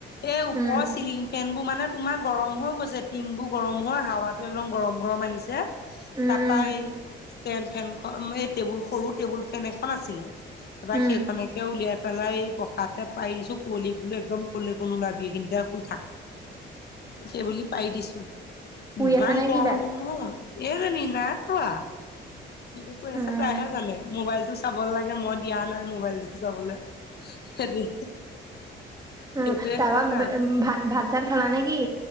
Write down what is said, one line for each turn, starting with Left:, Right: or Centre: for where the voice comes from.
Left: এই ওপৰৰ
Right: উম
Left: চিলিং ফেনবোৰ মানে তোমাৰ গৰম হৈ গৈছে টিং বোৰ গৰম হয় হাৱাতো একদম গৰম গৰম আহিছে
Right: উম
Left: তাৰপা
Right: উম
Left: এই ষ্টেণ্ড ফেনখন এই টেবুল সৰু টেবুল ফেন এখন আছিলে তাৰপৰা
Right: উম
Left: সেইখনককে উলিয়াই পেলাই এই পকাতে পাই দিছো বোলো একদম কলৈকো নোলাবি কিন্তু শুই থাক সেইবুলি পাৰি দিছোঁ
Right: শুই
Left: ইমান
Right: আছে নে
Left: গৰম
Right: কি তাই
Left: অ এই নি না আথুৱা কিনো কৈ
Right: উম
Left: আছে তাইহে জানে মোবাইলটো চাব লাগে মই দিয়া নাই মোবাইলটো চাবলৈ হেৰি
Right: উম
Left: সেইটোৱেই
Right: তাৰপা
Left: তোৰ কাম
Right: ভাত ভাত চাত খালা নে কি